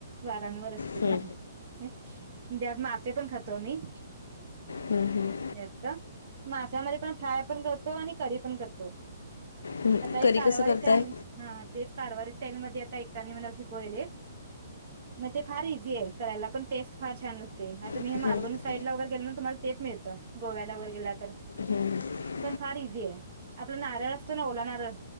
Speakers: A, on the right (about 50°); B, on the left (about 75°).
A: वारांवर असत
B: हम्म
A: ते म्हणजे मासे पण खातो आम्ही
B: हम हम.
A: जास्त माश्यामध्ये पण फ्राय पण करतो आणि करी पण करतो.
B: हम्म
A: काही
B: करी
A: एक कारवारी
B: कसं करताय
A: स्टाईल हा तेच कारवारी स्टाईल मध्ये आता एकटांनी मला शिकवलेले. मग ते फार इझी आहे करायला. पण टेस्ट फार छान असते. हा तुम्ही
B: हम्म
A: मालवण साईड वगैरे गेल ना तुम्हाला तेच मिळतं गोव्याला वगैर गेला तर
B: हम्म.
A: पण फार इझी आहे. आपला नारळ असतो ना ओला नारळ